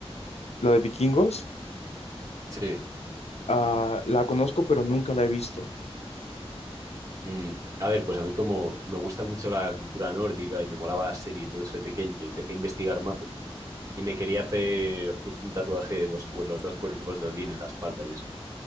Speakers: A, on the left; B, on the right.
A: ¿la de vikingos?
B: Sí.
A: Ah, la conozco, pero nunca la he visto.
B: Mm, a ver, pues a mí como me gusta mucho la cultura nórdica y me molaba la serie y todo eso de pequeño, y empecé a investigar mazo y me quería hacer justo un tatuaje de dos, cuer- los dos cuerpos de Odín en la espalda y eso,